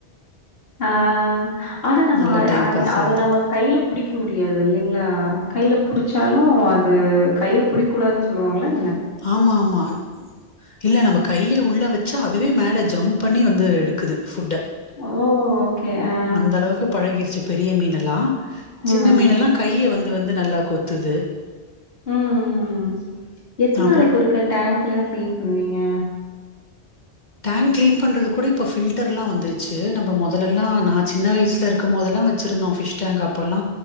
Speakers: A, on the left (about 60°); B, on the left (about 45°).
A: ஆ ஆனா நம்ம
B: நல்லா
A: அ
B: டைம்
A: அத
B: பாஸ்
A: அத
B: ஆவுது
A: நம்ம கைல புடிக்க முடியாது இல்லைங்ளா கைல புடிச்சாலு அது கைல புடிக்கூடாதுன் சொல்லுவாங்களே
B: ஆமா ஆமா இல்ல நம்ம கைய உள்ள வெச்சா அதுவே மேலே ஜம்ப் பண்ணி வந்து எடுக்குது ஃபுட்ட
A: ஓ ஓகே ஆ
B: அந்த அளவுக்கு பழகிருச்சு பெரிய மீனெல்லா சின்ன
A: ம்.
B: மீனெல்லா கைய வந் து வந்து நல்லா கொத்துது
A: ம் ம் ம் எத்தன்
B: அப்றோ
A: நாளைக்கு ஒருக்கா டேங்க் எல்லா கிளீன் பண்ணுவிங்க
B: டேங்க் கிளீன் பண்றதுக் கூட இப்ப ஃபில்டர்லா வந்துருச்சு நம்ப மொத ல்லலா நா சின்ன வயசுல இருக் இருக்கபோதல்லா வச்சிருந்தோம் ஃபிஷ் டேங்க் அப்போல்லா